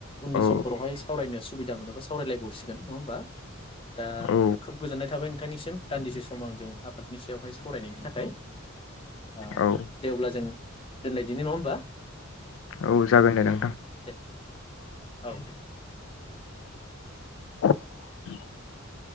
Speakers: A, on the left; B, on the left.
A: उननि
B: औ
A: समफोरावहाय सावरायनो सुबिदा दा मोनोबा सावरायलायबावसिगोन नङा होमबा? दा
B: औ
A: खोब गोजोननाय थाबाय । नोंथांनिसिम दान्दिसे सम आंजों आबादनि सायावहाय सावरायनायनि थाखाय । ओ
B: औ
A: दे अब्ला जों दोनलायदिनि नङा होमबा?
B: औ जागोन दे नोंथां
A: दे औ दे दे
B: <inaudible>